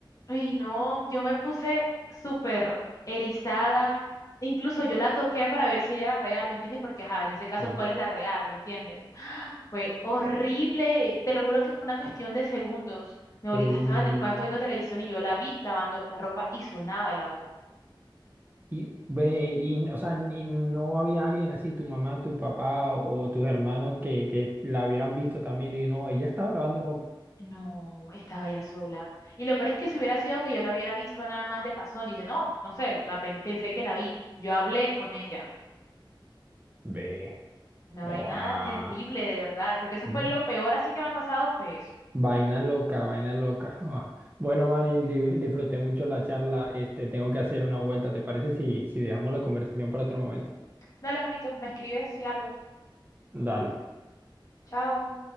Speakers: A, on the left; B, on the right.
A: Ay, no, yo me puse súper erizada. Incluso yo la toqué para ver si ella era real, ¿me entiendes? Porque, ajá, en ese caso,
B: Sí.
A: ¿cuál es la real? ¿Me entiendes? <gasps> Fue horrible. Te lo juro que fue una cuestión de segundos. Mi abuelita
B: Uy.
A: estaba en el cuarto viendo televisión y yo la vi lavando la ropa y sonaba el agua.
B: Y ve, y, o sea, y no había alguien así, tu mamá, tu papá o tus hermanos que, que la hubieran visto también y no, ella estaba lavando ropa.
A: No, estaba ya sola. Y lo peor es que si hubiera sido que yo la hubiera visto nada más de pasón, dije, no, no sé, la pen- pensé que la vi. Yo hablé con ella.
B: Ve,
A: Una
B: guau.
A: vaina terrible, de verdad. Creo que eso
B: Mm.
A: fue lo peor así que me ha pasado, fue eso.
B: Vaina loca, vaina loca. <laughs> Ah. Bueno, Manny, di- disfruté mucho la charla. Este, tengo que hacer una vuelta. ¿Te parece si, si dejamos la conversación para otro momento?
A: Dale, manito, me escribes si algo.
B: Dale.
A: Chao.